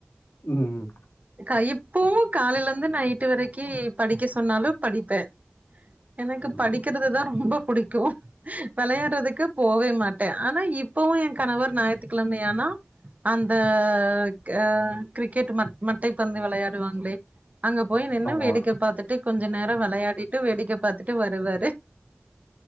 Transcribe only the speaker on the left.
ம்
ஐயோ.
ஆமா